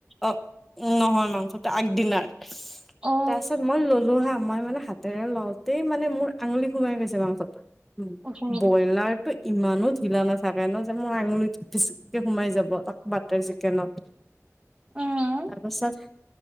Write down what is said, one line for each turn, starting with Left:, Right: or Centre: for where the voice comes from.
Centre: অ নহয়, মাংসটো আগদিনাৰ। তাৰপিছত
Right: অ
Centre: মই ললো হা, মই মানে হাত তেল লওঁতেই মানে মোৰ আঙুলি সোমাই গৈছে মাংসটোত। উ
Right: অহ
Centre: ব্ৰইলাৰ টো ইমানো ঢিলা নাথাকে ন যে মোৰ আঙুলিটো পিছিক কে সোমাই যাব। তাক বাটাৰ চিকেনত।
Right: উম
Centre: তাৰপাছত।